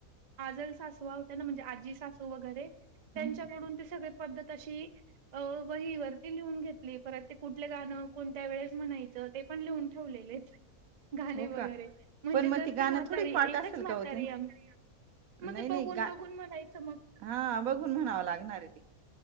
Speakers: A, on the right (about 50°); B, on the right (about 75°).
A: आजल सासवा होत्या ना म्हणजे आजी सासू वगैरे त्यांच्याकडून
B: हम्म
A: ते सगळी पद्धत अशी.... अ वहीवरती लिहून घेतली परत ते कुठले गाणं... कोणत्या वेळेस म्हणायचं ते पण लिहून ठेवलेलेत... गाणे
B: हो
A: वगैरे
B: का
A: म्हणजे
B: पण
A: जर
B: मग ती गाणं
A: ते म्हातारी
B: थोडी पाठ
A: एकच
B: असेल
A: म्हातारी
B: का ओ त्याना
A: आम्ही मग
B: नाही
A: ते बघून
B: नाही गा
A: बघून म्हणायचं मग
B: हा बघून म्हणावं लागणार आहे ती...